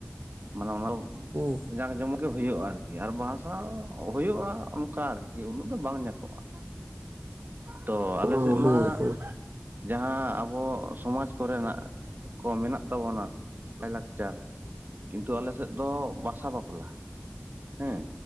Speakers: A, on the right (about 50°); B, on the right (about 70°).
A: ᱢᱟᱱᱮ ᱚᱱᱟ
B: ᱦᱮᱸ
A: ᱡᱟᱠ ᱡᱚᱢᱚᱠ ᱜᱮ ᱦᱩᱭᱩᱜᱼᱟ, ᱟᱨᱠᱤ ᱟᱨ ᱵᱟᱸᱦᱟᱸ ᱥᱟᱶᱟ ᱦᱳᱭᱳᱜᱼᱟ ᱚᱱᱠᱟ ᱟᱨᱠᱤ ᱩᱱᱟᱹᱜ ᱫᱚ ᱵᱟᱝ ᱡᱟᱠᱚᱜᱼᱟ᱾ ᱛᱚ ᱟᱞᱮ
B: ᱦᱮᱸ
A: ᱥᱮᱫ ᱢᱟ
B: ᱦᱮᱸ
A: ᱡᱟᱦᱟᱸ ᱟᱵᱚ ᱥᱚᱢᱟᱡᱽ ᱠᱚᱨᱮᱱᱟᱜ ᱠᱚ ᱢᱮᱱᱟᱜ ᱛᱟᱵᱚᱱᱟ ᱞᱟᱭ ᱞᱟᱠᱪᱟᱨ, ᱠᱤᱱᱛᱩ ᱟᱞᱮᱥᱮᱫ ᱫᱚ ᱵᱟᱥᱟ ᱵᱟᱯᱞᱟ, ᱦᱮᱸ